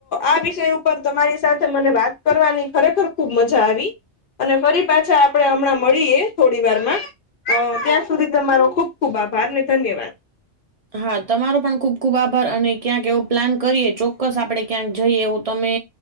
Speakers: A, on the left; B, on the right.
A: આ વિષય ઉપર તમારી સાથે મને વાત કરવાની ખરેખર ખુબ મજા આવી અને ફરી પાછા આપણે હમણાં મળીએ. થોડી વારમાં અ ત્યાં સુધી તમારો ખુબ ખુબ આભાર ને ધન્યવાદ.
B: હા તમારો પણ ખૂબ ખૂબ આભાર અને ક્યાંક એવો પ્લાન કરીએ ચોક્કસ આપણે ક્યાંક જઈએ એવું તમે